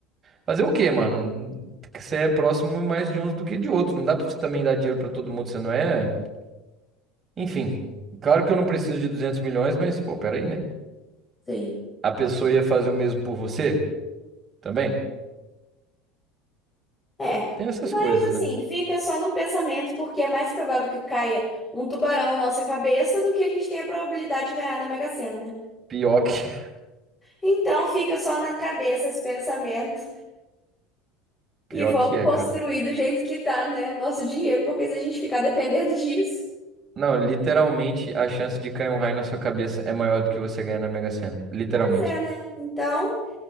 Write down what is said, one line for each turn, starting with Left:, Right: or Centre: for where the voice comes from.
Right: fazer o quê, mano? Você é próximo mais de uns do que de outros. Não dá pra você também dar dinheiro pra todo mundo, você não é? Enfim, claro que eu não preciso de 200 milhões, mas pô, peraí, né?
Left: sim.
Right: A pessoa ia fazer o mesmo por você também?
Left: É.
Right: Tem essas
Left: Mas
Right: coisas,
Left: assim,
Right: né?
Left: fica só no pensamento, porque é mais provável que caia um tubarão na nossa cabeça do que a gente tenha a probabilidade de ganhar na Mega Sena, né?
Right: Pior que, <laughs>
Left: Então fica só na cabeça esse pensamento
Right: pior
Left: e vamos
Right: que é,
Left: construir
Right: cara.
Left: do jeito que dá, né? O nosso dinheiro, porque se a gente ficar dependendo <laughs> disso,
Right: Não, literalmente a chance de cair um raio na sua cabeça é maior do que você ganhar na Mega Sena. Literalmente.
Left: pois é, né? Então.